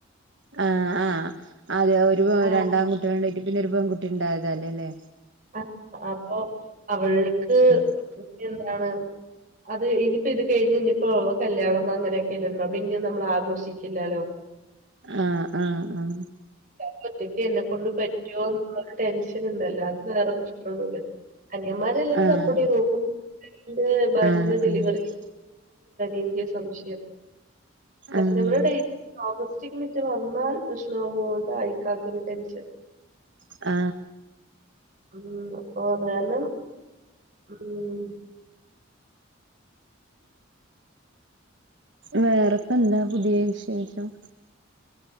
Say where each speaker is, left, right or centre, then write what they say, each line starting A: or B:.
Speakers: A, on the right; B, on the right.
A: ആ ആഹ് അതെ ഒരു
B: ആഹ്
A: രണ്ടാകുട്ടികളുണ്ടായിട്ട് പിന്നെ ഒരു പെൺകുട്ടി ഇണ്ടായതല്ലേ ലെ
B: ആ അപ്പൊ അവൾക്ക്
A: ഉം
B: എന്താണ് അത് ഇനിയിപ്പോ ഇത് കഴിഞ് ഇനിപ്പോ കല്യാണം അനൊക്കെല്ലള്ളൂ പിന്നെ നമ്മൾ ആഘോഷിക്ക ഇല്ലാലോ
A: ആ ആ ആ
B: ത്താക്ക് ഒറ്റയ്ക്ക് എന്നെക്കൊണ്ട് പറ്റോ രു ടെൻഷന്ണ്ട് അല്ലാതെ വേറെ പ്രശ്നൊന്നുല്ല അനിന്മാരെ എല്ലാവരും
A: ആഹ്
B: സപ്പോർട്ട് ചെയ്ത് നോക്കും ന്ന് ഭാര്യന്റെ
A: ആഹ്
B: ഡെലിവറി
A: ആഹ്
B: എനിക്ക് സംശയം സെപ്റ്റംബറ
A: ആഹ്
B: ഡറ്റ് ഓഗസ്റ്റ് <unintelligible> കുറ്റിക്ക മിറ്റ വന്നാൽ പ്രശ്ന ആവുംട്ട ആഐക്കാക്ക ഒരു ടെൻഷൻ <unintelligible>
A: ആ
B: മ്മ് അപ്പൊ അത് കാരണം മ്മ്
A: വേറെപ്പന്താ പുതിയ വിശേഷം